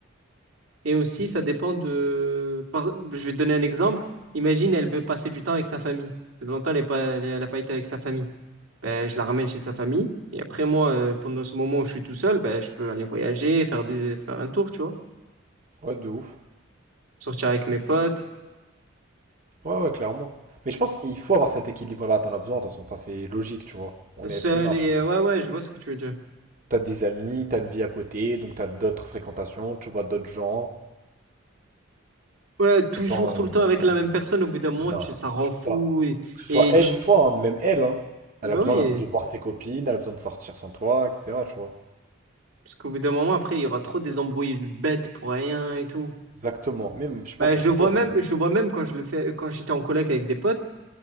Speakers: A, on the right; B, on the right.
A: Et aussi, ça dépend de... par- Je vais te donner un exemple. Imagine, elle veut passer du temps avec sa famille. Ça fait longtemps, elle n'a pas, elle est- elle a pas été avec sa famille. ben, je la ramène chez sa famille. Et après, moi, euh, pendant ce moment où je suis tout seul, ben, je peux aller voyager, faire des, faire un tour, tu vois.
B: Ouais, de ouf.
A: Sortir avec mes potes,
B: Ouais, ouais, clairement. Mais je pense qu'il faut avoir cet équilibre-là, t'en as besoin, attention. Enfin, c'est logique, tu vois. On
A: seul
B: est être humain après.
A: et euh, ouais, ouais, je vois ce que tu veux dire.
B: T'as des amis, t'as une vie à côté, donc t'as d'autres fréquentations, tu vois d'autres gens.
A: Ouais, toujours,
B: Genre, euh,
A: tout le temps
B: genre
A: avec
B: sans...
A: la même personne, au bout d'un moment,
B: Non,
A: tu- ça rend fou.
B: pas.
A: Et,
B: Que ce
A: et
B: soit elle
A: tu...
B: ou toi, hein, même elle, hein.
A: Bah
B: Elle a besoin
A: oui,
B: d'av- de voir ses copines, elle a besoin de sortir sans toi, etc., tu vois.
A: parce qu'au bout d'un moment, après, il y aura trop des embrouilles bêtes pour rien et tout.
B: Exactement. Même, je sais
A: Bah,
B: pas, c'est
A: je
B: trop
A: le vois
B: après.
A: même, je le vois même quand je le fais, quand j'étais en coloc avec des potes.